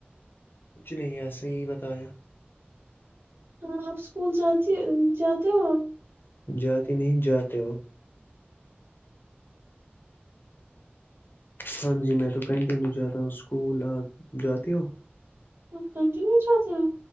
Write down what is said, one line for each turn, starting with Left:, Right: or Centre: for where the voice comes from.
Left: کچھ نہیں ایسے ہی بتایا
Right: ہاں آپ اسکول جات جاتے ہو
Left: جاتے نہیں جاتے وہ ہاں جی میں تو کنٹینیو جاتا ہوں اسکول آ جاتی ہو
Right: کنٹینیو چاہتے ہیں